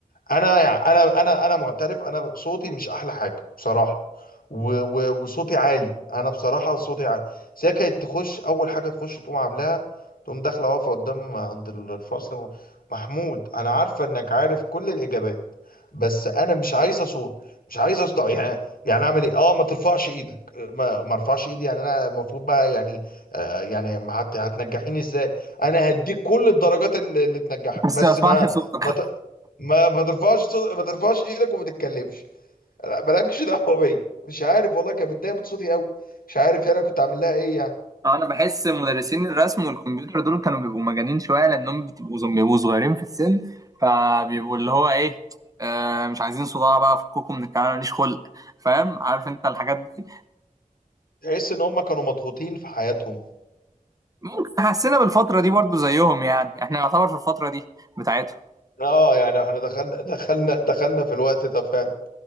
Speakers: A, on the left; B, on the right.
A: انا يعني انا انا انا معترف انا صوتي مش احلى حاجه بصراحه و و وصوتي عالي انا بصراحه صوتي عالي بس هي كانت تخش اول حاجه تخش تقوم عاملاها تقوم داخله واقفه قدام عند ال- الفصل محمود انا عارفه انك عارف كل الاجابات بس انا مش عايزه صوت مش عايزه صوت يعني يعني اعمل ايه اه ما ترفعش ايدك ما ما ارفعش ايدي يعني انا المفروض بقى يعني آه يعني ما هت- هتنجحيني ازاي انا هديك كل الدرجات اللي, اللي تنجحك
B: بس
A: بس
B: ما اسمعش
A: ما
B: صوتك
A: ما ت- ما ما ترفعش صوت- ما ترفعش ايدك وما تتكلمش لا، مالكش دعوه بيا مش عارف والله كانت متضايقه من صوتي قوي مش عارف يعني انا كنت عامل لها ايه يعني
B: انا بحس مدرسين الرسم والكمبيوتر دول كانوا بيبقوا مجانين شويه لانهم بتبقوا زم- بيبقوا صغيرين في السن فبيبقوا اللي هو ايه آه مش عايزين صداع بقى فكوكوا من الكلام ماليش خلق فاهم عارف انت الحاجات دي
A: تحس ان هم كانوا مضغوطين في حياتهم
B: ممكن حسينا بالفتره دي برضو زيهم يعني احنا نعتبر في الفتره دي بتاعتهم
A: اه يعني احنا دخلنا دخلنا دخلنا في الوقت ده فعلا